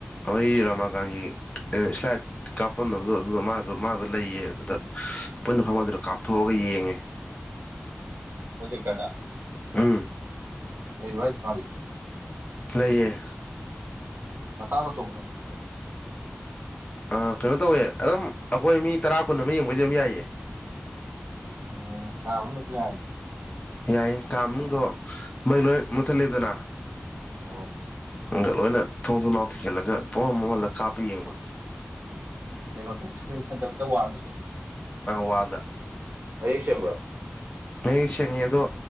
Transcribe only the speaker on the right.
ꯑꯣ
<unintelligible> ꯄꯣꯖꯦꯛꯇꯔꯗ
ꯂꯩꯕ꯭ꯔꯥ ꯍꯥꯢꯌꯦ ꯃꯥꯒꯤ
ꯃꯁꯥꯔꯣ ꯑꯆꯧꯕ꯭ꯔꯣ
ꯎꯝ ꯀꯥ ꯃꯅꯨꯗꯁꯨ ꯌꯥꯢ
ꯑꯣ
ꯀꯩꯅꯣꯗ ꯏꯁꯀ꯭ꯔꯤꯟ ꯐꯠꯇꯕꯤꯗ ꯋꯥꯜꯗ ꯁꯨꯝ
ꯃꯌꯦꯛ ꯁꯦꯡꯕ꯭ꯔꯣ